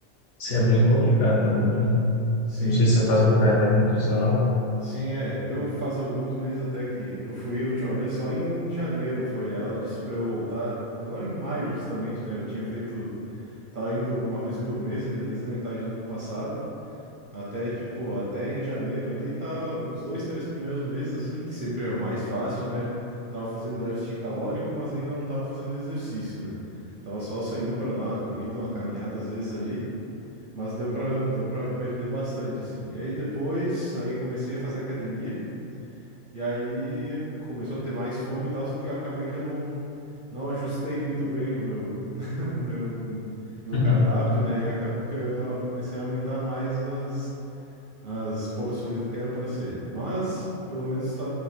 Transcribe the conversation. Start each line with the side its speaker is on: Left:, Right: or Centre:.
Left: Isso é muito complicado também, viu?
Right: Sim,
Left: Não sei se você faz acompanhamento nutricional.
Right: sim, é. Eu faz alguns meses até que eu fui a última vez só em janeiro, foi. Ela disse pra eu voltar agora em maio justamente, né? Eu tinha feito, tava indo uma vez por mês ali desde a metade do ano passado até tipo até em janeiro ali tava os dois, três primeiros meses assim que sempre é o mais fácil, né? Tava fazendo déficit calórico, mas ainda não tava fazendo exercício, né? Tava só saindo pra dar uma corrida, uma caminhada às vezes ali. Mas deu pra deu para perder bastante, assim. E aí depois, aí comecei a fazer academia, e aí começou a ter mais fome e tal, só que eu acabei que eu não, não ajustei muito bem o meu, <laughs> o meu, meu
Left: <laughs>
Right: cardápio, né? E acabou que eu comecei a aumentar mais as, as porções do que era para ser. Mas pelo menos tá,